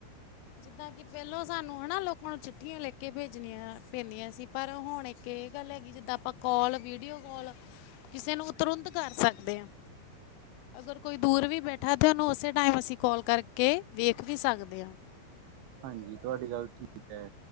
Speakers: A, on the left (about 85°); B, on the right (about 70°).
A: ਜਿੱਦਾਂ ਕਿ ਪਹਿਲੋਂ ਸਾਨੂੰ ਹਨਾ ਲੋਕਾਂ ਨੂੰ ਚਿੱਠੀਆਂ ਲੈ ਕੇ ਭੇਜਣੀਆਂ ਪੈਂਦੀਆਂ ਸੀ ਪਰ ਹੁਣ ਇੱਕ ਕਿ ਇਹ ਗੱਲ ਹੈਗੀ ਜਿੱਦਾਂ ਆਪਾਂ ਕਾਲ ਵੀਡੀਓ ਕਾਲ ਕਿਸੇ ਨੂੰ ਤੁਰੰਤ ਕਰ ਸਕਦੇ ਆਂ। ਅਗਰ ਕੋਈ ਦੂਰ ਵੀ ਬੈਠਾ ਤਾਂ ਉਹਨੂੰ ਉਸੇ ਟਾਈਮ ਅਸੀਂ ਕੋਲ ਕਰਕੇ ਵੇਖ ਵੀ ਸਕਦੇ ਹਾਂ।
B: ਹਾਂਜੀ ਤੁਹਾਡੀ ਗੱਲ ਠੀਕ ਹੈ